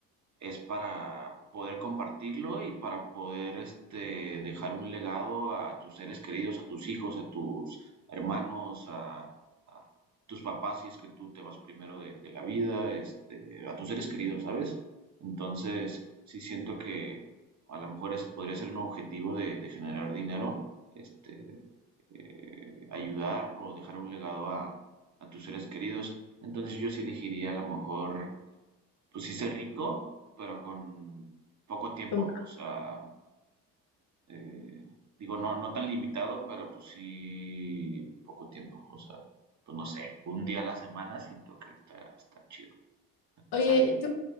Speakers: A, on the right; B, on the left.
A: es para poder compartirlo y para poder este, dejar un legado a tus seres queridos, a tus hijos, a tus hermanos, a, a tus papás, si es que tú te vas primero de, de la vida, este, a tus seres queridos, ¿sabes? Entonces, sí siento que a lo mejor ese podría ser un objetivo de, de generar dinero, este, eh, ayudar o dejar un legado a, a tus seres queridos. Entonces yo sí elegiría a lo mejor pues hice rico, pero con poco tiempo.
B: Como-
A: O sea, eh, digo, no, no tan limitado, pero pues sí poco tiempo. O sea, pues no sé, un día a la semana siento que está, está chido.
B: Oye,
A: O sea,
B: ¿y tú?